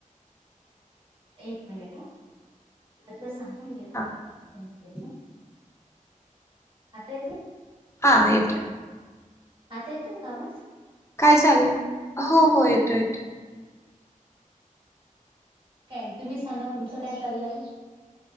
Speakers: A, on the right (about 35°); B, on the left (about 20°).
A: एक मिनिट ह, आता सांगता हे बा,
B: हा
A: चेंज केलंय. आता येतोय?
B: हां येतोय.
A: आता येतो का आवाज?
B: काय चाललंय, हो, हो येतोय -येतोय.
A: ताई, तुम्ही सांगा तुमचं काय चाललंय?